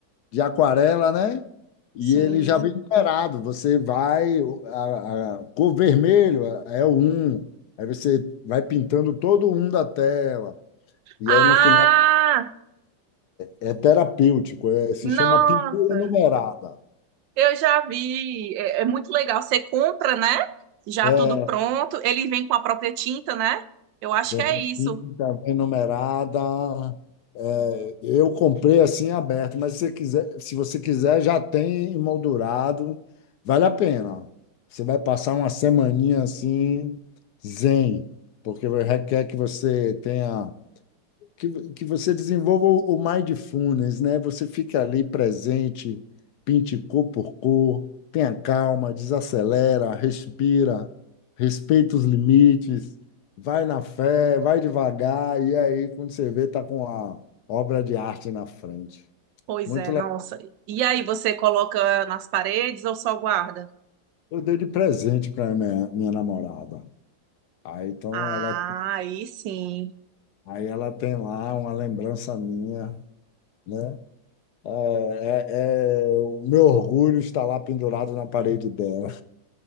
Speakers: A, on the left; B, on the right.
A: de aquarela, né? E
B: Sim.
A: ele já vem numerado. Você vai, a, a cor vermelho é o um, aí você vai pintando todo um da tela. E
B: Ah,
A: aí no final É terapêutico, é- se
B: nossa.
A: chama pintura numerada.
B: Eu já vi. É, é muito legal. Você compra, né? Já
A: É,
B: tudo pronto. Ele vem com a própria tinta, né? Eu acho
A: vem
B: que é
A: com
B: isso.
A: tinta, vem numerada. É, eu comprei assim aberto, mas se você quiser, se você quiser, já tem emoldurado. Vale a pena. Você vai passar uma semaninha assim, zen, porque requer que você tenha que, que você desenvolva o, o mindfulness, né? Você fica ali presente, pinte cor por cor, tenha calma, desacelera, respira, respeita os limites, vai na fé, vai devagar, e aí, quando você vê, tá com a obra de arte na frente.
B: Pois
A: Muito
B: é,
A: legal.
B: nossa. E aí você coloca nas paredes ou só guarda?
A: Eu dei de presente para minha, minha namorada. Aí, então,
B: Ah,
A: ela,
B: aí sim.
A: aí ela tem lá uma lembrança minha, né? É, é- é- o meu orgulho está lá pendurado na parede dela.